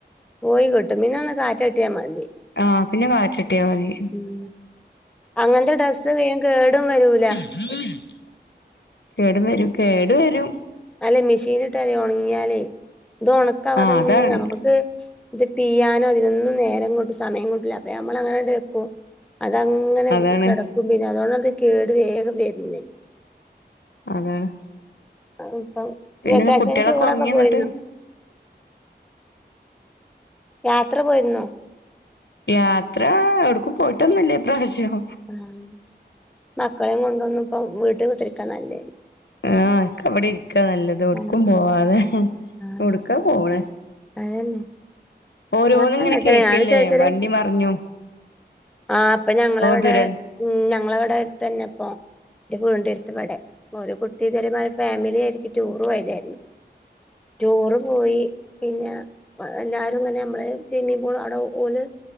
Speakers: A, in the centre; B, on the left (about 85°).
A: പോയി കിട്ടും പിന്നെ ഒന്ന് കാറ്റട്ടിയാ മതി.
B: ആഹ് പിന്നെ കാറ്റട്ടിയാ മതി.
A: ഉം, അങ്ങനത്തെ ഡ്രസ്സ് വേം കേടും വരൂല.
B: <inaudible> കേട്‌ വരും കേടു വരും.
A: അല്ലെ മെഷീലിട്ടാലെ ഒണങ്ങിയാലേ ഇത് ഉണക്കാവതെങ്ങനെ
B: ആഹ് അതാണ്
A: നമ്മക്ക്
B: പിന്നെ
A: ഇത് പിയ്യാനോ ഇതിനൊന്നും നേരം കിട്ട് സമയം കിട്ടൂല്ല അപ്പൊ ഞമ്മള് അങ്ങനണ്ട്ക്കും അതങ്ങനെ
B: അതാണ്
A: കെടക്കും പിന്നെ അതുകൊണ്ടാത് കേട് വേഗം വര്ണത്
B: അതാണ്.
A: അപ്പം
B: പിന്നെ
A: വെക്കേഷന്
B: കുട്ടികളൊക്കെ
A: ടൂറൊക്കെ
B: ഒറങ്ങിയോ
A: പോയിന്നോ.?
B: ന്നിട്ട്
A: യാത്ര പോയിരുന്നോ?
B: യാത്ര എവിടുക്കും പോയിട്ടൊന്നുല്ലാ ഈപ്രാവശ്യം.
A: ആഹ് മക്കളേം കൊണ്ടൊന്നും ഇപ്പ വീട്ടി കുത്തിരിക്കാ നല്ലത്.
B: ആഹ്. ഒക്കവിടെരിക്കാ നല്ലത് എ വ്ട്ക്കും
A: ആഹ്
B: പോവാതെ.
A: ആഹ്
B: എടുക്കാ പോണത്
A: അതന്നെ
B: ഓരോന്ന്ങ്ങനെ
A: ഞാനും അങ്ങൻതന്നെ
B: കേക്കല്ലേ
A: ഞാനും ചെറിയ ചെറിയ
B: വണ്ടി മറിഞ്ഞതും
A: ആഹ് ഇപ്പം ഞങ്ങളവിടെ
B: ദുരൻ
A: ഉം ഞങ്ങളവിടെടുത്തന്നെ പ്പോ ന്റെ വീടിന്റെ എര്‌ത്ത്‌വടെ ഒരു കുട്ടി <unintelligible> ഫാമിലി ആയിട്ട് ടൂർ പോയതേര്ന്നു. റ്റൂറ് പോയി പിന്നെ. വ എല്ലാരും ങ്ങനെ നമ്മള് സ്വിമ്മിംഗ് പൂള് അവടേ ഓല്